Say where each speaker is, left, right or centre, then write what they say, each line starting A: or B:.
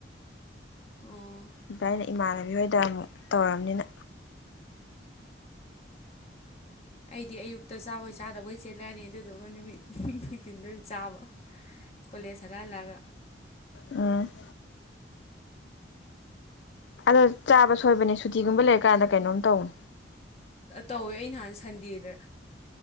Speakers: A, on the left; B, on the left.
A: ꯑꯝ
B: ꯑꯗ ꯑꯩꯅ ꯏꯃꯥꯟꯅꯕꯤ ꯍꯣꯏꯗ ꯑꯃꯨꯛ ꯇꯧꯔꯝꯅꯤꯅ
A: ꯑꯩꯗꯤ ꯑꯌꯨꯛꯇ ꯆꯥꯕꯣꯢ ꯆꯥꯗꯕꯣꯢ ꯆꯦꯜꯂꯅꯤ ꯑꯗꯨꯗꯨꯒ ꯅꯨꯃꯤꯠ ꯅꯨꯡꯊꯤꯟꯗ ꯑꯣꯏꯅ ꯆꯥꯕ ꯀꯣꯂꯦꯁ ꯍꯂꯥꯛ ꯍꯂꯥꯛꯑꯒ
B: ꯑꯝ ꯑꯗꯣ ꯆꯥꯕ ꯁꯣꯏꯕꯅꯦ ꯁꯨꯇꯤꯒꯨꯝꯕ ꯂꯩꯔꯀꯥꯟꯗ ꯀꯩꯅꯣꯝ ꯇꯧꯅꯤ
A: ꯇꯧꯋꯦ ꯑꯩ ꯅꯍꯥꯟ ꯁꯟꯗꯦꯗ